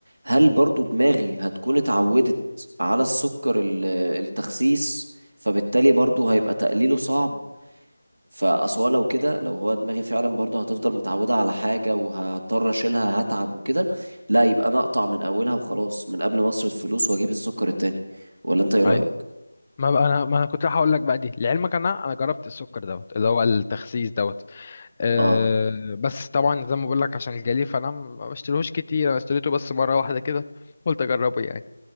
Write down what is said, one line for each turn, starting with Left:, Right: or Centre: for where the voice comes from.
Right: هل برضو دماغي هتكون اتعودت على السكر ال- التخسيس فبالتالي برضو هيبقى تقليله صعب فأصل هو لو كده لو هو دماغي فعلا برضو هتفضل متعودة على حاجة وهضطر أشيلها هتعب وكده لا يبقى أنا أقطع من أولها وخلاص من قبل ما أصرف فلوس وأجيب السكر التاني ولا أنت إيه رأيك؟
Left: ايوه ما بقى انا ما انا كنت هقول لك بقى دي لعلمك انا انا جربت السكر دوت اللي هو التخسيس دوت أه
Right: آه
Left: بس طبعا زي ما بقول لك عشان جالي فانا ما بشتريهوش كتير انا اشتريته بس مره واحده كده قلت اجربه يعني